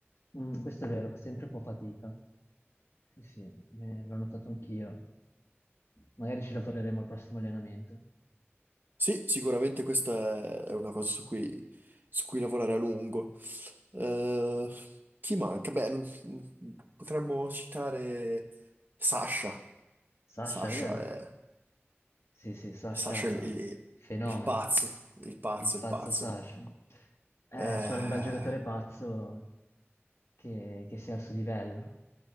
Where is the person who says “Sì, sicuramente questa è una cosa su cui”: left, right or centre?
Right